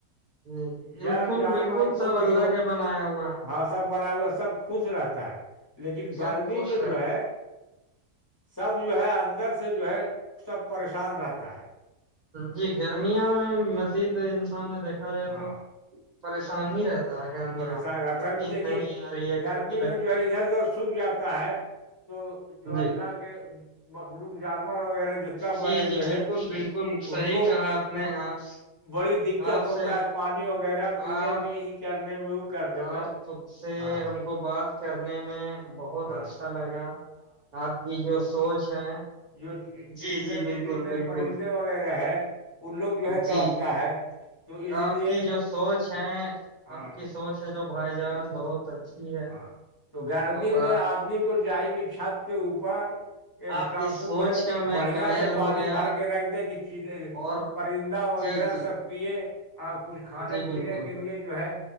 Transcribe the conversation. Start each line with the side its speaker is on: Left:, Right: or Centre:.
Right: جی بالکل
Left: جل جانور
Right: بالکل
Left: کوئی
Right: سب
Left: بھی
Right: اللہ
Left: ہو
Right: کے بنایا ہوا ہے
Left: ہاں سب بڑا ہوا ہے سب خوش رہتا ہے لیکن
Right: سب
Left: گرمی
Right: خوش
Left: میں جو
Right: رہتا
Left: ہے سب جو ہے اندر سے جو ہے سب پریشان رہتا ہے
Right: جی گرمیا میں مزید انسان نے دیکھا جائے
Left: ہاں
Right: تو پریشان ہی رہتا ہے گرمیاں
Left: پریشان
Right: میں مطلب
Left: رہتا ہےب
Right: نیند
Left: دیکھیے
Right: نہیں آ رہی ہے
Left: گرمی
Right: لگ
Left: میں
Right: رہی
Left: جو ہے ادھر ادھر سوکھ جاتا ہے تو جو اللہ
Right: جی
Left: کے مخلوق جانور وغیرہ جتنا
Right: جی
Left: بنےے ہوئے
Right: جی بالکل
Left: ہے
Right: بالکل صحیح
Left: ان کو
Right: کہا آپ نے آپ
Left: بڑی دقت
Right: آپ
Left: ہوتا
Right: سے
Left: ہے پانی وغیرہ پینے
Right: آپ
Left: میں ہی کرنے میں کرنے میں
Right: آپ خب سے
Left: ہاں
Right: ہم کو بات کرنے میں بہت
Left: ہاں
Right: اچھا لگا آپ کی جو سوچ ہے
Left: جوند
Right: جی جی بالکل
Left: چند
Right: بالکل
Left: پرندے وغیرہ ہیں ان لوگ جو ہے تڑپتا
Right: جی
Left: ہے تو اس لیے
Right: آپ کی جو سوچ ہے
Left: ہاں
Right: آپ کی سوچ ہے جو بھائی جان بہت اچھی ہے
Left: ہاں تو گرمی
Right: اور
Left: میں
Right: آپ
Left: آدمی کو چاہی کہ چھت کے اوپر ایک
Right: آپ
Left: ٹاپو
Right: کی سوچ
Left: میں
Right: کا
Left: بڑھیا
Right: قائل
Left: سے پانی
Right: ہو گیا
Left: بھر کے رکھ دے کہ
Right: اور
Left: پرندہ وغیرہ
Right: جی جی
Left: سب پیے اور کچھ کھانے
Right: جی بالکل
Left: پینے کے
Right: بالکل۔
Left: لیے جو ہے